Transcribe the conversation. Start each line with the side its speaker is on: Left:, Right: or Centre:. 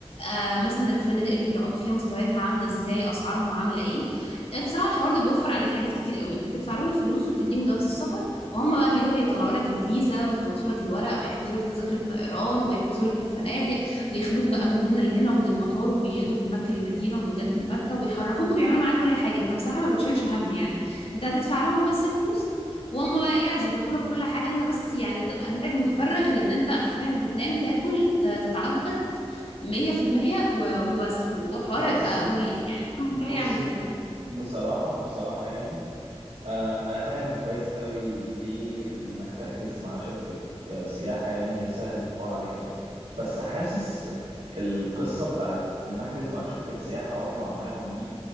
Left: آه مثلا الفنادق اللي بيقعدوا فيها مستوياتها عاملة ازاي اسعارهم عاملة ايه آه، بصراحة الحوار ده بيوفر عليك حاجات كتير قوي انت بتدفع لهم الفلوس وبتديهم جواز السفر وهم بقى بيروحوا يطلعوا لك الفيزا ويخلصوا لك الورق ويحجزوا لك تذاكر الطيران ويحجزوا لك الفنادق وياخدوك بقى من هنا لهنا ومن المطار وبيودوك من مكة لمدينة ومن جدة لمكة وبيحركوك وبيعملوا معاك كل حاجة انت بصراحة ما بتشيلش هم يعني انت هتدفع لهم بس الفلوس وهم بقى ايه هيظبطوا لك كل حاجه انت بس يعني هتبقى هناك متفرغ لان انت حرفيا بتنام تاكل ت- تتعبد 100% و- وبس وحوار
Right: بصي
Left: يبقى مريح يعني أنا
Right: بصي
Left: من رأيي اعمل كده
Right: بصراحة بصراحة يعني آه انا فاهم كويس قوي ليه انك تحجز مع شركة آه، سياحة يعني سهل الحوار عليك قوي بس حاسس القصة بتاعت ان احجز مع شركة سياحة واطلع معاهم دي